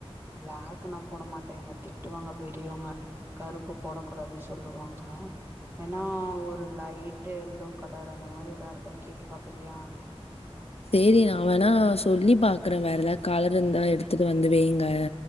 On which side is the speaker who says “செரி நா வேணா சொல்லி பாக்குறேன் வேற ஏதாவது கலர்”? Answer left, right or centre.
Left